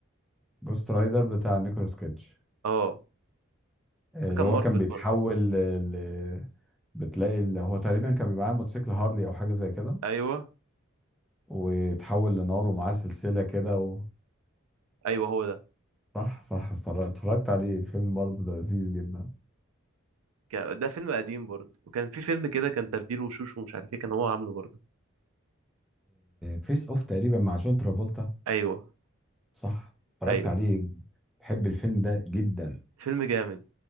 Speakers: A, in the centre; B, on the right (about 80°).
A: جوست رايدر بتاع نيكولاس كيدج
B: اه
A: إيه،
B: ده
A: اللي
B: كان
A: هو
B: مارفل
A: كان بيتحول
B: برضو
A: ل... ل- بتلاقي اللي هو تقريبا كان بيبقى معاه موتوسيكل هارلي او حاجه زي كده
B: ايوه
A: ويتحول لنار ومعاه سلسله كده و...
B: ايوه هو ده
A: صح صح اتفرجت اتفرجت عليه فيلم برضه ده لذيذ جدا
B: ك- ده فيلم قديم برضو وكان في فيلم كده كان تبديل وشوش ومش عارف ايه كان هو عامله برضو
A: فيس اوف تقريبا مع جون ترافولتا
B: ايوه
A: صح اتفرجت
B: ايوه
A: عليه بحب الفيلم ده جدا
B: فيلم جامد